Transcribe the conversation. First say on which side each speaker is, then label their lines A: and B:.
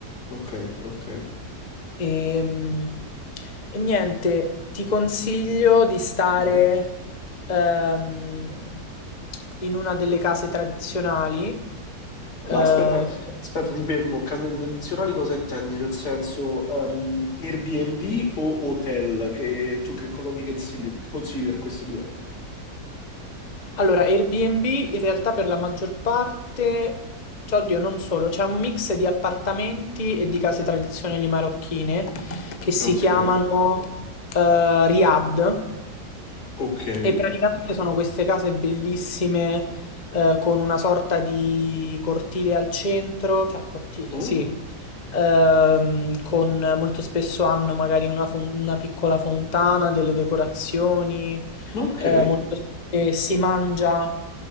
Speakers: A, on the left; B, on the left.
A: ok, ok.
B: Ehm, E, niente, ti consiglio di stare
A: Mhm.
B: ehm, in una delle case tradizionali. Eh,
A: Ma aspetta, aspetta, ti fermo. Case tradizionali cosa intendi? Nel senso, ehm, Airbnb o hotel? Che tu che cosa mi consigli, consigli tra queste due?
B: allora, Airbnb in realtà per la maggior parte, cioè, oddio, non solo, c'è un mix di appartamenti e di case tradizionali marocchine che si
A: Ok,
B: chiamano eh, Riad.
A: ok.
B: E praticamente sono queste case bellissime, eh, con una sorta di cortile al centro, cioè cortile,
A: Oh,
B: sì, ehm, con molto spesso hanno magari una, fon- una piccola fontana, delle decorazioni,
A: ok,
B: eh, molto s- e si mangia.